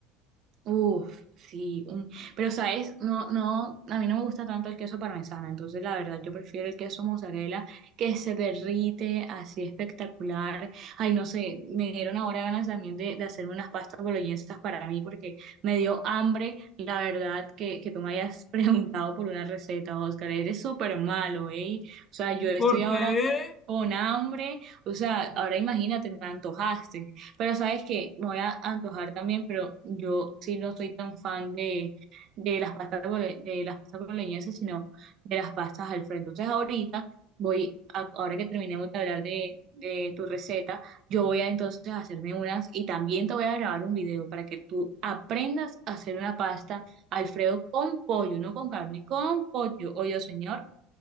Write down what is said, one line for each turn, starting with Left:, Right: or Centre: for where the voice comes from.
Right: Uf, sí, un- pero sabes, no, no, a mí no me gusta tanto el queso parmesano, entonces la verdad yo prefiero el queso mozzarella que se derrite así espectacular. Ay, no sé, me dieron ahora ganas también de, de hacerme unas pastas boloñesas para mí porque me dio hambre, la verdad, que, que tú me hayas <laughs> preguntado por una receta, Oscar, eres súper malo, ¿eh? O sea, yo
Left: ¿Y
Right: estoy
Left: por
Right: ahora
Left: qué?
Right: con hambre, o sea, ahora imagínate, me antojaste. Pero sabes que me voy a antojar también, pero yo sí no soy tan fan de, de las pastas bole- de las pastas boloñesas, sino de las pastas Alfredo. Entonces ahorita voy, a- ahora que terminemos de hablar de, de tu receta, yo voy a entonces hacerme unas y también te voy a grabar un video para que tú aprendas a hacer una pasta Alfredo con pollo, no con carne, con pollo. Oye, señor,